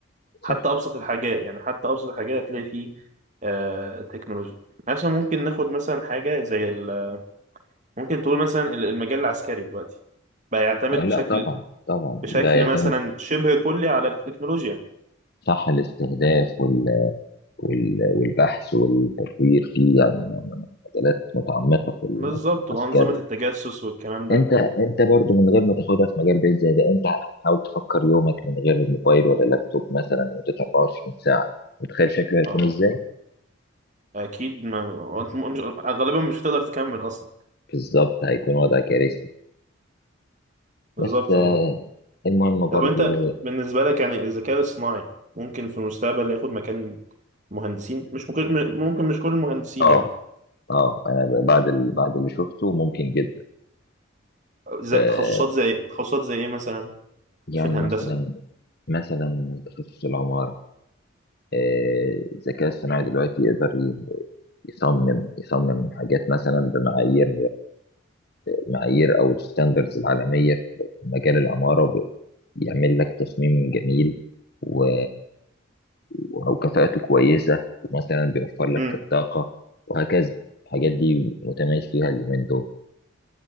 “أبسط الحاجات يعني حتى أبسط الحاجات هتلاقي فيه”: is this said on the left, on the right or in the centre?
Right